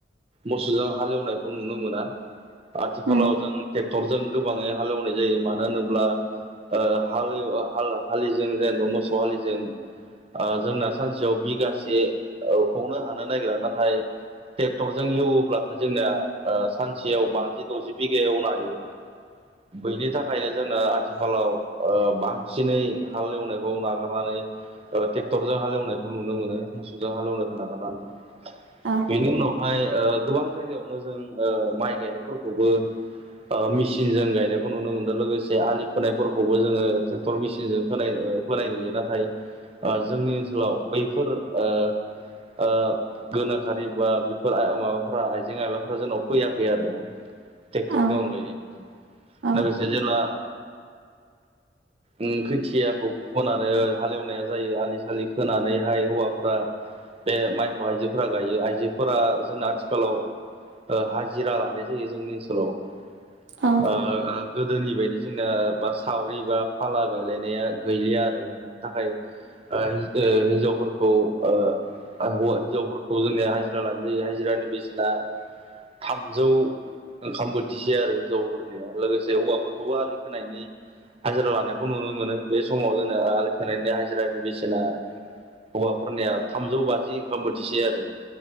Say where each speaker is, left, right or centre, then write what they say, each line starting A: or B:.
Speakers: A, on the right; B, on the right.
A: मोसौजों हालेवनायखौ नुनो मोना। आथिखालाव
B: उम
A: जों ट्रेक्टरजों गोबाङै हालेवनाय जायो मानो होनोब्ला ओ हालिव ओ हाल हा-हालिजों जेनेबा मोसौ हालिजों ओ जोंना सानसेयाव बिगासे हनो हानो नागिरा नाथाय ट्रेक्टरजों हेवोब्लाथाय जोंनाया ओ सानसेयाव बाजि दजि बिगा जवनो हायो। <inaudible> बैनि थाखायनो जोंनो आथिखालाव ओ बांसिनै हाल एवनायखौ नागारनानै ओ ट्रेक्टरजों हालेवनायखौ नुनो मोनो मोसौजों हालेवनायखौ नागारनानै।
B: आ
A: बेनि उनावहाय ओ गोबां जायगायावनो जों ओ माइ गायनायफोरखौबो ओ मेसिनजों गायनायखौ नुनो मोनो लोगोसे आलि फोनायफोरखौबो जोङो ट्रेक्टर मेसिनजों खोनाय ओ खोनाय नुयो नाथाय ओ जोंनि ओनसोलाव बैफोर ओ ओ गोनोखारि बा बेफोर आ माबाफ्रा आइजें आयलाफ्रा जोंनाव फैयाखै आरो। ट्रेक्टरनि
B: औ
A: अनगायै
B: उम
A: लोगोसे जेला ओम खोथियाखौ फोननानै हालेवनाया जायो आलि सालि खोनानैहाय हौवाफोरा बे माइखौ आइजोफोरा गायो आइजोफोरा जोंना आथिखालाव ओ हाजिरा लानाय जायो जोंनि ओनसोलाव ओ
B: औ
A: आ गोदोनि बायदि जोंना बा सावरि बा फाला गायलायनाया गैलिया आरो। थाखाय ओ हिनजावफोरखौ ओ हौवा हिनजावफोरखौ जोंनिया हाजिरा लानाय जायो हाजिरानि बेसेना थामजौ ओंखाम बोथिसेै आरो हिनजावफोर निया लोगोसे हौवाफोरखौबो आलि खोनायनि हाजिरा लानायखौ नुनो मोनो बे समाव जोंना आलि खोनायनि हाजिरानि बेसेना हौवाफोरनिया थामजौ बाजि ओंखाम बोथिसे आरो